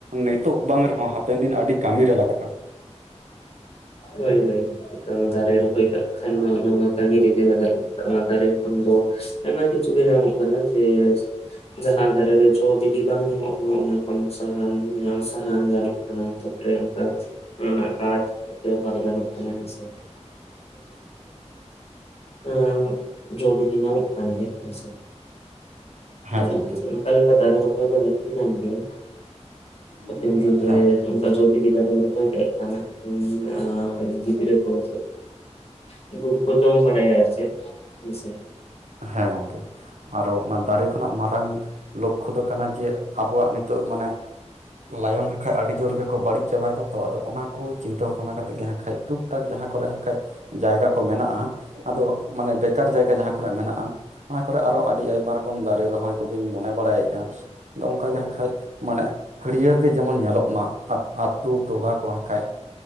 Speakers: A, on the right; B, on the left.
A: ᱱᱤᱛᱳᱜ ᱵᱟᱝ ᱨᱮᱦᱚᱸ, ᱦᱟᱯᱮᱱ ᱫᱤᱱ ᱟᱹᱰᱤ ᱠᱟᱹᱢᱤᱨᱮ ᱞᱟᱜᱟᱜᱼᱟ᱾
B: ᱦᱳᱭ ᱦᱳᱭ ᱮᱠᱟᱞ ᱫᱟᱨᱮ ᱨᱚᱦᱚᱭ ᱠᱟᱜ ᱠᱷᱟᱱ ᱢᱟ, ᱚᱱᱟ ᱢᱟ ᱠᱟᱹᱢᱤ ᱨᱮᱜᱮ ᱞᱟᱜᱟᱜᱼᱟ᱾ ᱚᱱᱟ ᱫᱟᱨᱮ ᱠᱷᱚᱱ ᱫᱚ᱾ ᱟᱭᱢᱟ ᱠᱤᱪᱷᱩ ᱜᱮ ᱧᱟᱢᱚᱜ ᱠᱟᱱᱟ ᱡᱮ ᱡᱟᱦᱟᱸ ᱫᱟᱨᱮ ᱨᱮ ᱡᱚ ᱵᱤᱞᱤ ᱵᱟᱝ ᱧᱟᱢᱚᱜ᱾ ᱨᱮᱦᱚᱸ, ᱚᱱᱟ ᱠᱷᱚᱱ ᱥᱟᱦᱟᱱ ᱥᱟᱦᱟᱱ ᱜᱟᱱᱚᱜ ᱠᱟᱱᱟ ᱛᱟᱯᱚᱨᱮ ᱚᱱᱠᱟ <unintelligible> ᱜᱟᱱᱚᱜ ᱠᱟᱱᱟ ᱦᱮᱸᱥᱮ᱾ <unintelligible> ᱡᱚ ᱵᱤᱞᱤ ᱧᱟᱢᱚᱜ ᱠᱟᱱ ᱜᱮᱭᱟ ᱦᱚᱳᱭ ᱥᱮ ᱟᱨ
A: ᱦᱮᱸ ᱜᱚᱢᱠᱮ
B: ᱚᱱᱠᱟ ᱞᱮᱠᱟ ᱫᱟᱨᱮ ᱨᱚᱦᱚᱭ ᱫᱚ ᱞᱟᱹᱠᱛᱤ ᱠᱟᱱ ᱜᱮᱭᱟ ᱦᱟᱯᱮᱱ ᱫᱤᱱᱨᱮ
A: ᱦᱮᱸ
B: ᱚᱱᱠᱟ ᱡᱚ ᱵᱤᱞᱤ ᱫᱟᱨᱮᱢ ᱨᱚᱦᱚᱭ ᱠᱟ ᱠᱷᱟᱱ <unintelligible> ᱜᱤᱫᱨᱟᱹ ᱠᱚ <unintelligible> ᱩᱱ ᱠᱩᱠᱩ ᱡᱚᱢ ᱵᱟᱲᱟᱭᱟ ᱟᱨᱪᱮᱛ ᱦᱮᱸᱥᱮ᱾
A: ᱦᱮᱸ ᱜᱚᱝᱠᱮ ᱟᱨᱚ ᱚᱱᱟ ᱫᱟᱨᱮ ᱠᱷᱚᱱᱟᱜ ᱢᱟᱨᱟᱝ ᱞᱚᱠᱠᱷᱚ ᱫᱚ ᱠᱟᱱᱟ ᱡᱮ ᱟᱵᱚᱣᱟᱜ ᱱᱤᱛᱚᱜ ᱢᱟᱱᱮ ᱞᱟᱭᱚᱱ ᱠᱟᱷᱡ ᱟᱹᱰᱤ ᱡᱳᱨ ᱜᱮᱠᱚ ᱵᱟᱹᱲᱤᱡ ᱪᱟᱵᱟᱭᱫᱟ ᱛᱚ ᱟᱫᱚ ᱚᱱᱟ ᱠᱩ ᱪᱤᱱᱛᱟᱹ ᱵᱷᱟᱵᱱᱟ ᱠᱟᱛᱮᱫ ᱜᱮ ᱦᱟᱸᱜ ᱠᱷᱟᱡ ᱴᱩᱠ ᱴᱟᱠ ᱡᱟᱦᱟᱸ ᱠᱚᱨᱮ ᱦᱟᱸ ᱠᱷᱟᱡ ᱡᱟᱭᱜᱟ ᱠᱚ ᱢᱮᱱᱟᱜᱼᱟ᱾ ᱟᱫᱚ ᱢᱟᱱᱮ ᱵᱮᱠᱟᱨ ᱡᱟᱭᱜᱟ ᱡᱟᱦᱟᱸ ᱠᱚᱨᱮ ᱢᱮᱱᱟᱜᱼᱟ᱾ ᱚᱱᱟ ᱠᱚᱨᱮ ᱟᱨᱚ ᱟᱹᱰᱤ ᱟᱭᱢᱟ ᱨᱚᱠᱚᱢ ᱫᱟᱨᱮ ᱨᱚᱦᱚᱭ ᱠᱚᱜᱮᱧ ᱢᱚᱱᱮ ᱵᱟᱲᱟᱭᱮᱫᱼᱟ᱾ ᱟᱫᱚ ᱚᱝᱠᱟᱜᱮ ᱦᱮᱠᱷᱟᱡ ᱢᱟᱱᱮ, ᱦᱟᱹᱲᱭᱟᱹᱲ ᱜᱮ ᱡᱮᱢᱚᱱ ᱧᱮᱞᱚᱜ ᱢᱟ᱾ ᱟ ᱟᱛᱳ ᱴᱚᱞᱟ ᱠᱚ ᱦᱟᱸᱜ ᱠᱟᱷᱟᱡ